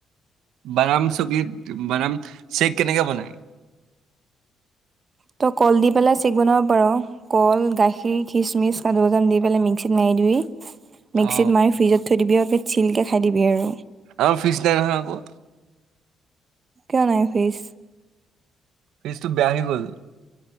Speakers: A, on the right (about 80°); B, on the right (about 35°).
A: বাদাম চকীত বাদাম-চেক কেনেকে বনায়?
B: ত' কল দি পেলাই চেক বনাব পাৰ! কল, গাখীৰ, খিচমিচ, কাজু-বাদাম দি পেলাই মিক্সিত মাৰি দিবি।
A: অ
B: মিক্সিত মাৰি ফ্ৰিজত থৈ দিবি আৰু পি চিলকে খাই দিবি আৰু।
A: আমাৰ ফ্ৰিজ নাই নহয় আকৌ!
B: কিয় নাই ফ্ৰিজ?
A: ফ্ৰিজটো বেয়া হৈ গ'ল।